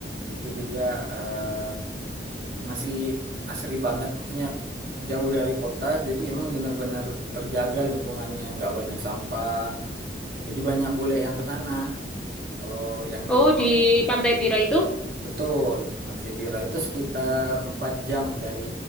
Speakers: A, on the right (about 55°); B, in the centre.
A: itu juga eh, masih asri banget maksudnya jauh dari kota jadi emang benar-benar terjaga lingkungannya nggak banyak sampah Jadi banyak bule yang ke sana. Kalau yang
B: Oh
A: dek-
B: di Pantai Bira itu.
A: betul, Pantai Bira itu sekitar 4 jam dari